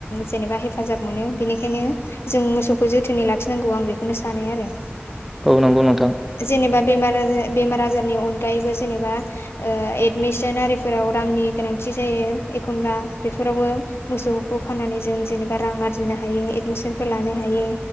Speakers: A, on the left; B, in the centre.
A: जेनेबा हेफाजाब मोनो बेनिखायनो जों मोसौखौ जोथोनै लाखिनांगौ आं बेखौनो सानो आरो।
B: औ नंगौ नोंथां।
A: जेनेबा बेमार आजार बेमार आजारनि अनगायैबो जेनेबा एडमिसन आरिफोराव रांनि गोनांथि जायो एखनब्ला बेफोरावबो मोसौखौ फाननानै जों जेनेबा रां आरजिनो हायो एडमिसनफोर लानो हायो।